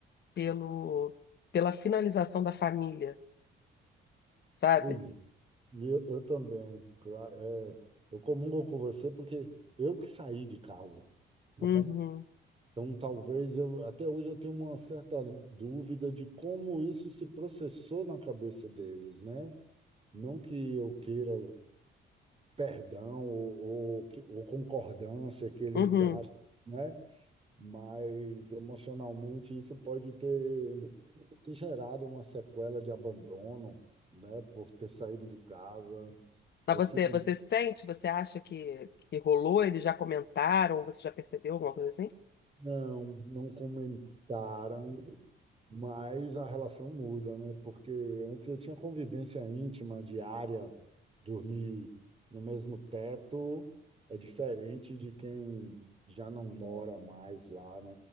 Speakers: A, on the left (about 55°); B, on the right (about 30°).
A: pelo, pela finalização da família, sabe?
B: Pois eu, eu também. cla- é, eu comungo com você porque eu que saí de casa, né?
A: Uhum,
B: Então, talvez eu, até hoje eu tenho uma certa dúvida de como isso se processou na cabeça deles, né? Não que eu queira perdão ou, ou, que- ou concordância que eles
A: uhum.
B: acham, né? Mas emocionalmente isso pode ter, ter gerado uma sequela de abandono, né? Por ter saído de casa.
A: Mas
B: Eu
A: você,
B: fico,
A: você sente, você acha que, que rolou? Eles já comentaram, você já percebeu alguma coisa assim?
B: não, não comentaram, mas a relação muda, né? Porque antes eu tinha convivência íntima, diária, dormir no mesmo teto é diferente de quem já não mora mais lá, né?